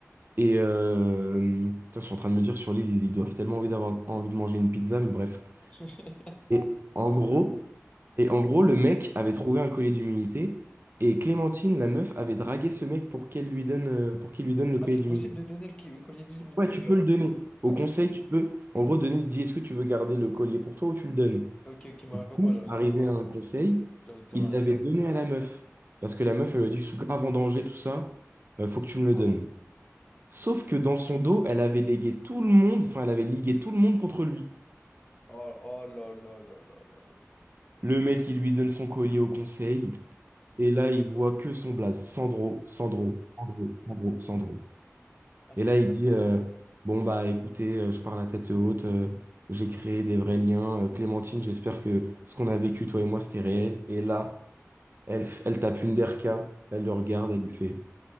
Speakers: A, on the right; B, on the left.
A: Et euh, putain, je suis en train de me dire sur l'île, ils, ils doivent tellement envie d'avoir envie de manger une pizza, mais bref.
B: <laughs>
A: Et en gros, et en gros, le mec avait trouvé un collier d'humilité et Clémentine, la meuf, avait dragué ce mec pour qu'elle lui donne, euh, pour qu'il lui donne le collier
B: Ah, c'est
A: d'humilité.
B: possible de donner le qui- le collier du lumin-
A: Ouais,
B: Ok,
A: tu peux le donner. Au
B: ok,
A: conseil,
B: ok.
A: tu peux, en gros, donner, il dit, est-ce que tu veux garder le collier pour toi ou tu le donnes?
B: Ok, ok, bah
A: Et du
B: raconte-moi,
A: coup,
B: j'ai envie
A: arrivé
B: de savoir là.
A: à un conseil,
B: J'ai envie de savoir
A: il
B: l'anecdote.
A: l'avait donné à la meuf. Parce que la meuf, elle lui a dit, je suis grave en danger, tout ça, euh, faut que tu me le
B: Oh,
A: donnes. Sauf que dans son dos, elle avait légué tout le monde, enfin, elle avait ligué tout le monde contre lui.
B: oh là là là là là.
A: Le mec, il lui donne son collier au conseil. Et là, il voit que son blaze, Sandro, Sandro, Sandro, Sandro, Sandro.
B: Ah,
A: Et
B: c'est.
A: là, il dit, euh, bon, bah écoutez, euh, je pars la tête haute, euh, j'ai créé des vrais liens. Euh, Clémentine, j'espère que ce qu'on a vécu, toi et moi, c'était réel. Et là, elle, f- elle tape une derka, elle le
B: Non,
A: regarde,
B: je te...
A: elle lui fait,